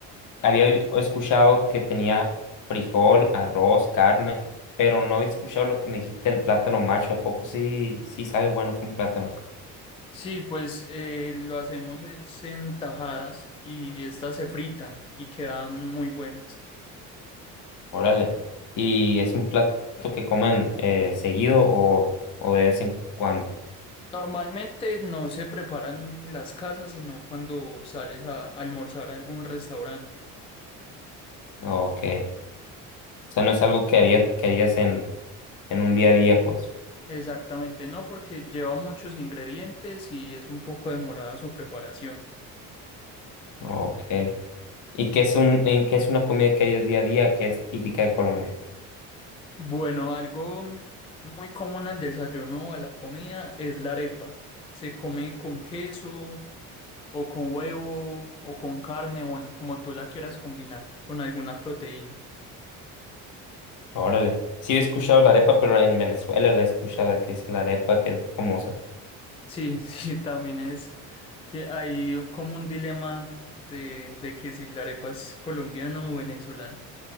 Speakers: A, on the left (about 60°); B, on the left (about 15°).
A: había escuchado que tenía frijol, arroz, carne, pero no había escuchado lo que me dijiste del plátano macho, ¿a poco sí, sí sabe bueno con plátano?
B: Sí, pues eh, lo hacemos es en tajadas y estas se fritan y quedan muy buenas.
A: Órale. ¿Y es un plato que comen eh, seguido o, o de vez en cuando?
B: Normalmente no se preparan en las casas, sino cuando sales a almorzar a algún restaurante.
A: Ok. O sea, no es algo que haría, que harías en, en un día a día, pues.
B: Exactamente, no, porque lleva muchos ingredientes y es un poco demorada su preparación.
A: Ok. ¿Y qué es un, en, qué es una comida que harías día a día que es típica de Colombia?
B: Bueno, algo muy común al desayuno o a la comida es la arepa. Se come con queso O con huevo, o con carne, bueno, como tú la quieras combinar, con alguna proteína.
A: Órale. Sí he escuchado la arepa, pero en Venezuela la he escuchado que es la arepa que es famosa.
B: Sí, <laughs> sí, también es. Sí, hay como un dilema de, de que si la arepa es colombiana o venezolana.